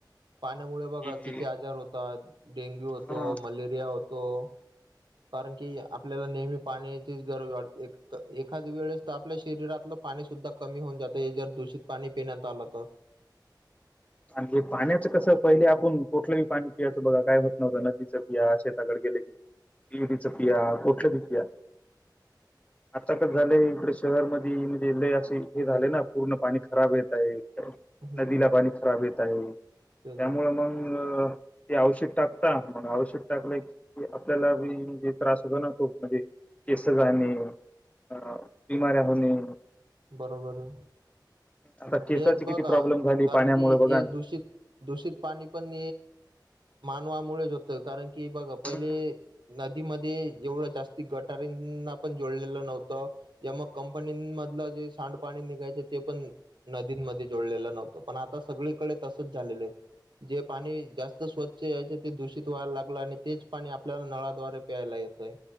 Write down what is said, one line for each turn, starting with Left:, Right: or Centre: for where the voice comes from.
Right: पाण्यामुळे बघा
Left: कि
Right: किती आजार होतात डेंग्यू होतो
Left: हा
Right: मलेरिया होतो कारण की आपल्याला नेहमी पाण्याचीच गरज वाटते एखाद वेळेस तर आपल्या शरीरातलं पाणी सुद्धा कमी होऊन जात हे जर दूषित पाणी पिण्यात आलं तर
Left: आणि हे पाण्याचं कस पहिले आपण कुठलंही पाणी पियायचं बघा काय होत नव्हतं नदीचं पिया शेताकड ग चपिया पक्ष दीतया आता कस झालंय इकडे शहर म लय असे हे झाले ना पूर्ण पाणी खराब येत आहे
Right: हम्म
Left: नदीला पाणी खराब येत आहे त्यामुळे
Right: तेच ना
Left: मग ते औषध टाकता मग औषक टाकलं क आपल्यालाी म्हणजे त्रास होतो ना खूप म्हणजे केस जाणे अ बिमाऱ्या होणे
Right: बरोबर आहे
Left: आता केसाची
Right: हेच
Left: किती
Right: बघा
Left: प्रॉब्लेम झाली
Right: कारण
Left: पाण्यामुळे
Right: की
Left: बघा
Right: हे
Left: ना.
Right: दूषित दूषित पाणी पण मानवामुळेच होतं कारण कि बघा पहिले
Left: हम्म,
Right: नदीमध्ये एवढं जास्ती गटारना पण जोडलेलं नव्हतं या मग कंपनीमध्ये जे सांड पाणी निघायचे ते पण नदीमध्ये जोडलेलं नव्हतं पण आता सगळीकडे तसच झा ब जे पाणी जास्त स्वच्छ यायचे ते दूषित व्हायला लागलं आणि तेच पाणी आपल्याला नळाद्वारे प्यायला लागल य